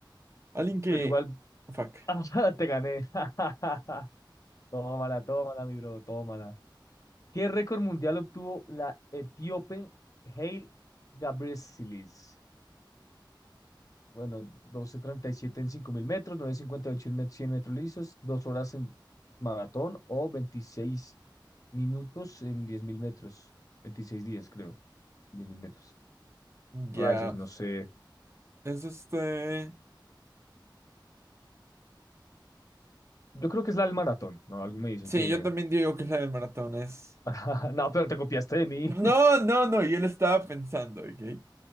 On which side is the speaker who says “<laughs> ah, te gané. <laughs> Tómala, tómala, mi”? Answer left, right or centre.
Left